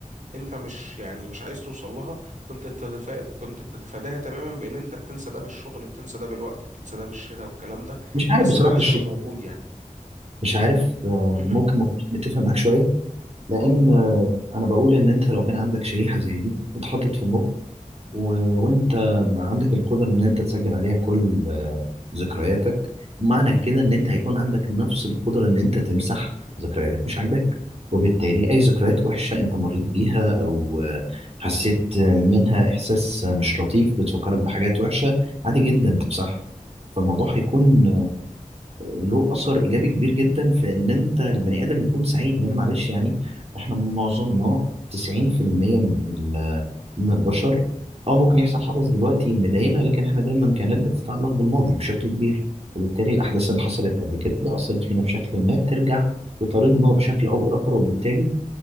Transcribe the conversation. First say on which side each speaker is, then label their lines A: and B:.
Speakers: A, on the right; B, on the right.
A: انت مش يعني مش عايز توصل لها كنت تتفا كنت بتتفاداها تماما بان انت بتنسى ده بالشغل بتنسى ده بالوقت بتنسى ده بالشراء والكلام ده
B: مش عارف
A: بس
B: بصراحة
A: ده مش
B: الشيء
A: هيبقى موجود يعني
B: مش عارف آه،
A: مهم.
B: ممكن ما اكونش متفق معاك شوية لان آه، انا بقول ان انت لو كان عندك شريحة زي دي اتحطت في المخ و... وانت بقى عندك القدرة ان انت تسجل عليها كل آه، ذكرياتك معنى كده ان انت هيكون عندك نفس القدرة ان انت تمسح ذكريات مش عاجباك وبالتالي اي ذكريات وحشة انت مريت بيها او آه، حسيت آه، منها احساس آه، مش لطيف بتفكرك بحاجات وحشة عادي جدا تمسحها فالموضوع هيكون له اثر ايجابي كبير جدا في ان انت البني ادم يكون سعيد لان معلش يعني احنا معظمنا 90% من ال- من البشر او ممكن يحصل حدث دلوقتي مضايقنا لكن احنا دايما كانت بتتعلق بالماضي بشكل كبير وبالتالي الاحداث اللي حصلت قبل كده اثرت فينا بشكل ما بترجع تطاردنا بشكل او باخر وبالتالي